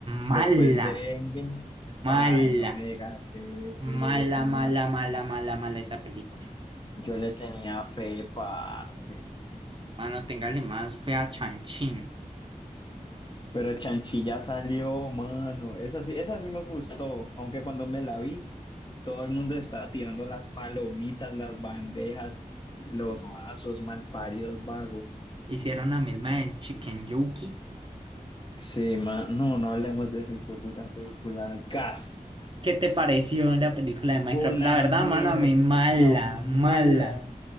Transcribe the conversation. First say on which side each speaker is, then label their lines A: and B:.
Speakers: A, on the right; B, on the left.
A: Mala,
B: Después de Endgame,
A: mala,
B: ay, no me digas eso, yo
A: mala,
B: le tenía,
A: mala, mala, mala, mala esa película.
B: yo le tenía fe, parce.
A: Mano, téngale más fe a Chanchín.
B: Pero Chanchilla salió, mano. Esa sí, esa sí me gustó, aunque cuando me la vi, Todo el mundo estaba tirando las palomitas, las bandejas, los vasos malparidos vagos.
A: Hicieron la misma del Chicken Yuki.
B: Sí, ma- no, no hablemos de esa hijueputa película. Gas,
A: ¿Qué te pareció la película de Minecraft?
B: una
A: La verdad,
B: mierda.
A: mano, a mí mala,
B: No, mala.
A: mala.